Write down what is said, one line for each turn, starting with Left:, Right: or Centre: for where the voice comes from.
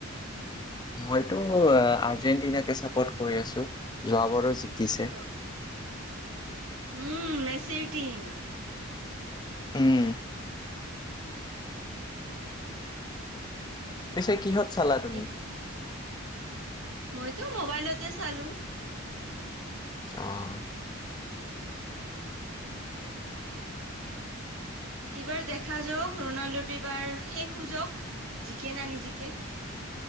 Left: মইতো আৰ্জেন্টিনাকে চাপৰ্ট কৰি আছো যোৱাবাৰো জিকিছে
Right: অ উম মেচিৰ টিম
Left: উম পিছে কিহত চালা তুমি
Right: ই- মইতো মোবাইলতে চালো
Left: অহ
Right: এইবাৰ দেখা যাওক ৰনাল্ডোত এইবাৰ শেষ যোজক জিকে না নিজিকে